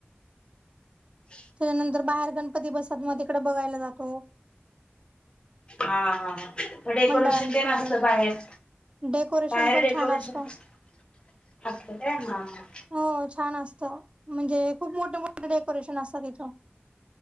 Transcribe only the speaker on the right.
त्यानंतर बाहेर गणपती बसतात ना तिकडं बघायला जातो.
मंडळांचे
वगैरे
डेकोरेशन
पण
छान असतं
हो छान असतं. म्हणजे खूप मोठे मोठे डेकोरेशन असतात इथं.